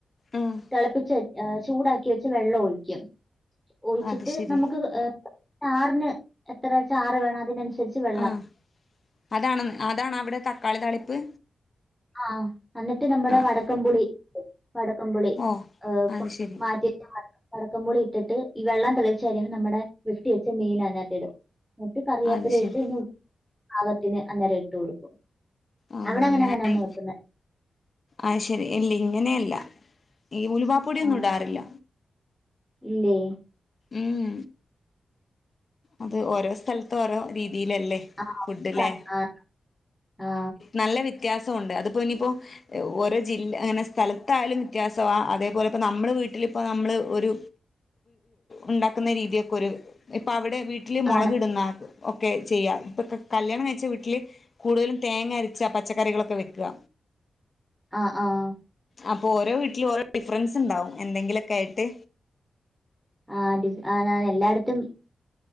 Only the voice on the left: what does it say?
ആഹ്
അത് ശരി
ആഹ് അതാണ് അതാണവടെ തക്കാളി താളിപ്പ്?
ആഹ്
ഓ
അത് ശരി
അത് ശരി
ആഹ്.
ഞാൻ.
ആ ശരി ഇല്ലിങ്ങനെയല്ല. ഈ ഉലവാപ്പൊടിയൊന്നും
ഇടാറില്ല.
ഉം അത് ഓരോ സ്ഥലത്ത് ഓരോ രീതി തിയിലല്ലേ
ഫുഡ്ല്ലേ
നല്ല വ്യത്യാസ തുണ്ട്. അതിപ്പോ ഇനിയിപ്പോ ഓരോ ജില്ല, അങ്ങനെ സ്ഥലത്തായാലും വ്യത്യാസവാ അതേപോലെ ഇപ്പോ നമ്മുടെ വീട്ടിലും. ഇപ്പോ നമ്മള് ഒരു ഉണ്ടാക്കുന്ന രീതിയൊക്കെ ഒരു ഇപ്പ അവിടെ വീട്ടില് മുളക്
ഇടുന്ന ഒക്കെ ചെയ്യ ഇപ്പൊ കല്യാണം കഴിച്ച വീട്ടില് കൂടുതലും തേങ്ങ അരച്ച പച്ചക്കറികളൊക്കെ വെക്കുക
അപ്പൊ ഓരോ വീട്ടിലും ഓരോ ഡിഫറൻസ് ഉണ്ടാവും എന്തെങ്കിലും ഒക്കെ ആയിട്ട്